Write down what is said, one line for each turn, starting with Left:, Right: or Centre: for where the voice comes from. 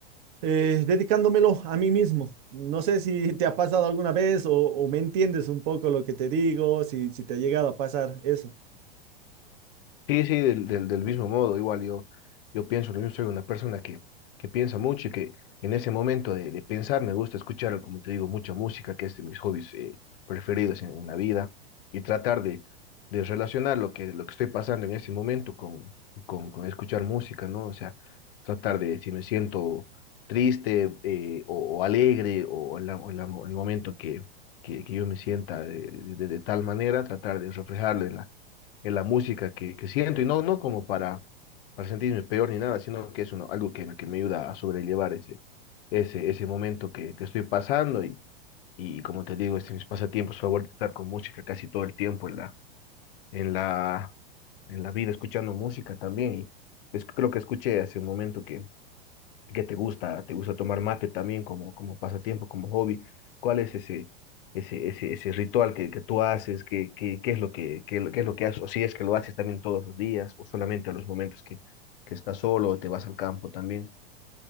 Right: eh, dedicándomelo a mí mismo. No sé si te ha pasado alguna vez o, o me entiendes un poco lo que te digo, si, si te ha llegado a pasar eso.
Left: Sí, sí, del, del, del mismo modo, igual yo, yo pienso, lo mismo, soy una persona que, que piensa mucho y que en ese momento de, de pensar me gusta escuchar, como te digo, mucha música, que es de mis hobbies eh, preferidos en, en la vida, y tratar de, de relacionar lo que, lo que estoy pasando en ese momento con, con, con escuchar música, ¿no? O sea, tratar de, si me siento triste eh, o, o alegre o en, la- o en la- en el momento que, que, que yo me sienta de, de de- de tal manera, tratar de reflejarlo en la en la música que, que siento, y no, no como para, para sentirme peor ni nada, sino que es uno, algo que, me- que me ayuda a sobrellevar ese, ese, ese momento que, que estoy pasando, y, y como te digo, este, mis pasatiempos favoritos, estar con música casi todo el tiempo en la, en la, en la vida, escuchando música también, y es- creo que escuché hace un momento que ¿Qué te gusta? ¿Te gusta tomar mate también como, como pasatiempo, como hobby? ¿Cuál es ese, ese, ese, ese ritual que, que tú haces? ¿Qué, qué, qué es lo que, qué, qué es lo que haces? O si es que lo haces también todos los días, o solamente a los momentos que, que estás solo, o te vas al campo también.